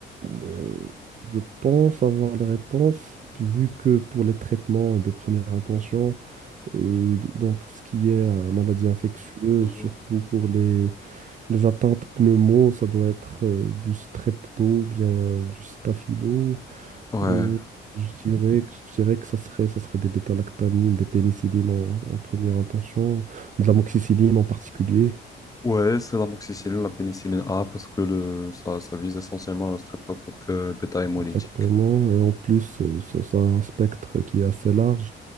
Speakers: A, on the right (about 40°); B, on the left (about 15°).
A: Euh, je pense avoir la réponse, vu que pour les traitements de première intention, euh, d- dans tout ce qui est euh, maladie infectieuse,
B: Mhm.
A: surtout pour les, les atteintes pneumo, ça doit être euh, du strepto, ou bien euh, du staphylo.
B: Ouais.
A: Euh, je dirais que, je dirais que ça serait, ça serait des bêta-lactamines, des pénicillines en, en première intention, de l'amoxicilline en particulier,
B: Ouais, c'est l'amoxicilline, la pénicilline A, parce que le, ça, ça vise essentiellement le streptocoque euh, bêta-hémolytique.
A: exactement. Et en plus, euh, ça, ça a un spectre qui est assez large.